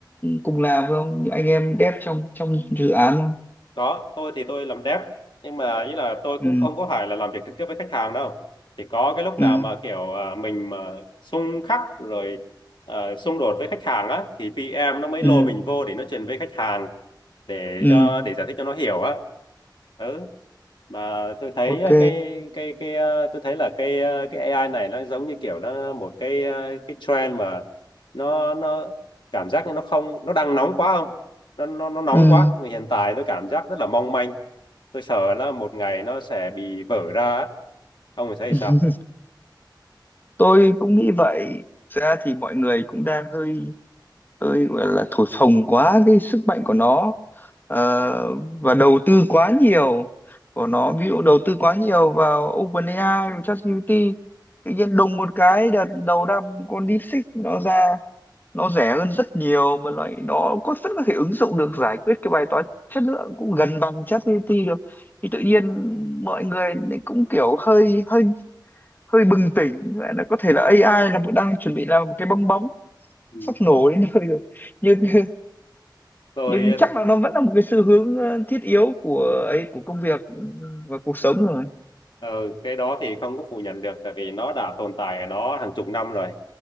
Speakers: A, on the left; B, on the left.
A: cùng làm không những anh em dev trong trong dự án không
B: có tôi thì tôi làm dev nhưng mà ý là tôi cũng
A: ừ
B: không có phải là làm việc trực tiếp với khách hàng đâu chỉ có cái lúc nào
A: ừ
B: mà kiểu à, mình mà xung khắc rồi à, xung đột với khách hàng á thì PM nó mới
A: ừ
B: lôi mình vô để nó truyền với khách hàng để
A: ừ
B: cho để giải thích cho nó hiểu á ừ mà tôi thấy
A: ok
B: ờ, cái cái cái ờ, tôi thấy là cái ờ, cái AI này nó giống như kiểu nó một cái ờ, cái trend mà nó nó cảm giác như nó không nó đang nóng quá không nó nó nó nóng
A: ừ
B: quá Mà hiện tại tôi cảm giác rất là mong manh tôi sợ là một ngày nó sẽ bị vỡ ra á. ông thì thấy
A: <laughs>
B: sao
A: tôi cũng nghĩ vậy Thực ra thì mọi người cũng đang hơi tôi gọi là thổi phồng quá cái sức mạnh của nó Ờ, và đầu tư quá nhiều của nó ví dụ đầu tư quá nhiều vào OpenAI và ChatGPT tự nhiên đùng một cái đợt đầu năm con DeepSeek nó ra nó rẻ hơn rất nhiều mà loại nó có rất có thể ứng dụng được giải quyết cái bài toán chất lượng cũng gần bằng ChatGPT được thì tự nhiên mọi người lại cũng kiểu hơi hơi hơi bừng tỉnh gọi là có thể là AI là đang chuẩn bị làm một cái bong bóng
B: Ừ.
A: sắp nổ đến nơi rồi nhưng <laughs>
B: tôi
A: nhưng
B: ừ,
A: chắc là nó vẫn là một cái xu hướng ờ, thiết yếu của ấy của công việc và cuộc sống rồi
B: ừ, cái đó thì không có phủ nhận được tại vì nó đã tồn tại ở đó hàng chục năm rồi